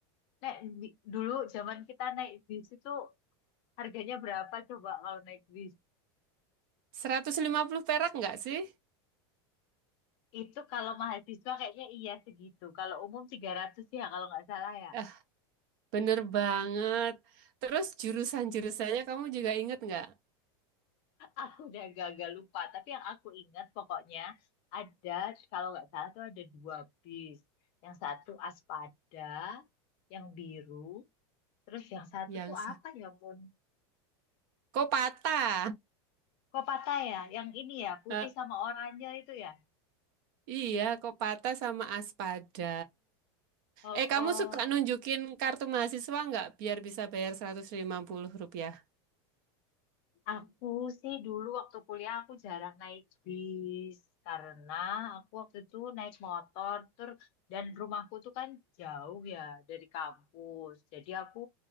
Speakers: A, on the left (about 40°); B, on the right (about 50°).
A: naik bi- dulu zaman kita naik bis itu harganya berapa coba kalau naik bis?
B: Seratus lima puluh perak nggak sih?
A: Itu kalau mahasiswa kayaknya iya segitu. Kalau umum 300 ya kalau nggak salah ya.
B: Ah, bener banget. Terus jurusan-jurusannya kamu juga inget nggak?
A: Aku udah gagal lupa, tapi yang aku ingat pokoknya ada, kalau nggak salah tuh ada dua bis. Yang satu Aspada, yang biru, terus yang satu
B: Yang
A: tuh
B: sa-
A: apa ya, Mun?
B: kok patah?
A: Kok patah ya? Yang ini ya, putih
B: Eh,
A: sama oranye itu ya.
B: iya, kok patah sama Aspada.
A: Oh,
B: Eh, kamu
A: oh.
B: suka nunjukin kartu mahasiswa nggak biar bisa bayar 150 rupiah?
A: Aku sih dulu waktu kuliah aku jarang naik bis karena aku waktu itu naik motor tur dan rumahku tuh kan jauh ya dari kampus. Jadi aku